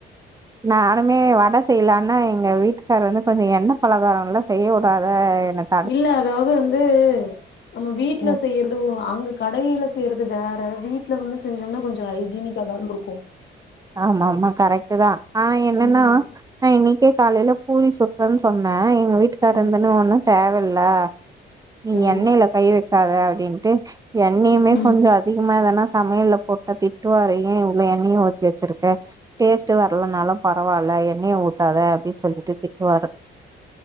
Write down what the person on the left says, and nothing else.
இல்ல அதாவது வந்து நம்ம வீட்ல
செய்யறது அங்க கடையில செய்யறது வேற வீட்ல வந்து செஞ்சம்னா கொஞ்ச ஹைஜீனிக் தா தா இன்ட்ருக்கு
ம்
ம்
ம்
ம்